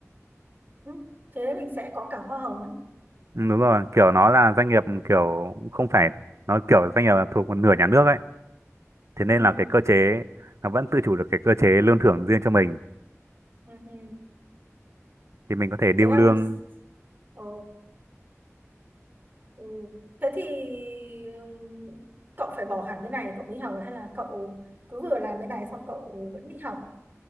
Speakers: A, on the right (about 35°); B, on the right (about 60°).
A: ừ, thế mình sẽ có cả hoa hồng á.
B: ừ, đúng rồi kiểu nó là doanh nghiệp kiểu không phải nó kiểu doanh nghiệp là thuộc một nửa nhà nước ấy thế nên
A: Ừ,
B: là
A: ừ,
B: cái cơ chế nó vẫn tự chủ được cái cơ chế lương thưởng riêng cho mình
A: ừ, ừ.
B: thì mình có thể điêu
A: Thế là
B: lương
A: mình s- Ồ, ừ. Thế thì ừm, cậu phải bỏ hẳn bên này cậu mới học hay là cậu cứ vừa làm bên này xong cậu vẫn đi học